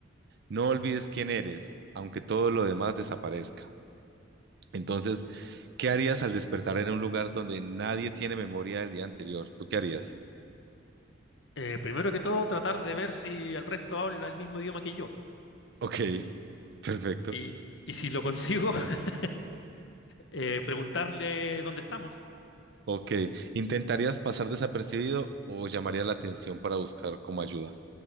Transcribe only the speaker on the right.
No olvides quién eres, aunque todo lo demás desaparezca. Entonces, ¿qué harías al despertar en un lugar donde nadie tiene memoria del día anterior? ¿Tú qué harías?
Ok, perfecto.
Ok, ¿intentarías pasar desapercibido o llamarías la atención para buscar como ayuda?